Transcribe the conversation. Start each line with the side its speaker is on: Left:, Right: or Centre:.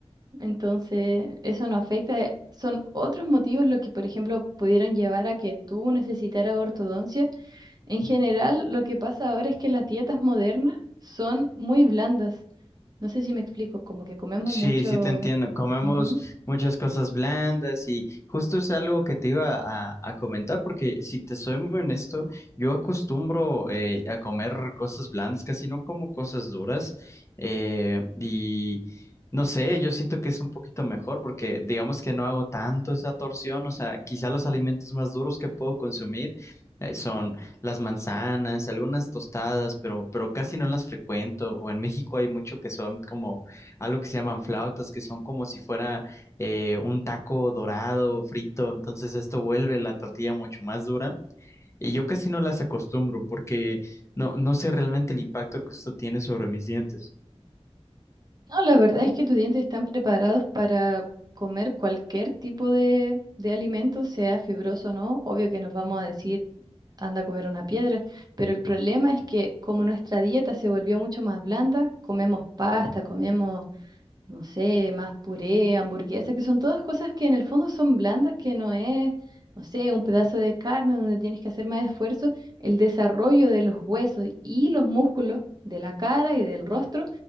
Right: entonces eso no afecta. eh, Son otros motivos lo que, por ejemplo, pudieron llevar a que tú necesitaras ortodoncia. En general, lo que pasa ahora es que las dietas modernas son muy blandas. No sé si me explico, como que comemos
Left: Sí,
Right: mucho.
Left: sí te entiendo. Comemos
Right: Ujú.
Left: muchas cosas blandas y justo es algo que te iba a, a comentar porque si te soy muy honesto, yo acostumbro eh, a comer cosas blandas, casi no como cosas duras eh, y no sé, yo siento que es un poquito mejor porque digamos que no hago tanto esa torsión, o sea, quizá los alimentos más duros que puedo consumir. eh, Son las manzanas, algunas tostadas, pero, pero casi no las frecuento. O en México hay mucho que son como algo que se llaman flautas, que son como si fuera eh, un taco dorado, frito, entonces esto vuelve la tortilla mucho más dura. Y yo casi no las acostumbro porque no, no sé realmente el impacto que esto tiene sobre mis dientes.
Right: No, la verdad es que tus dientes están preparados para comer cualquier tipo de, de alimento, sea fibroso o no. Obvio que nos vamos a decir, anda a comer una piedra, pero el problema es que como nuestra dieta se volvió mucho más blanda, comemos pasta, comemos no sé, más puré, hamburguesa, que son todas cosas que en el fondo son blandas, que no es, no sé, un pedazo de carne donde tienes que hacer más esfuerzo, el desarrollo de los huesos y los músculos de la cara y del rostro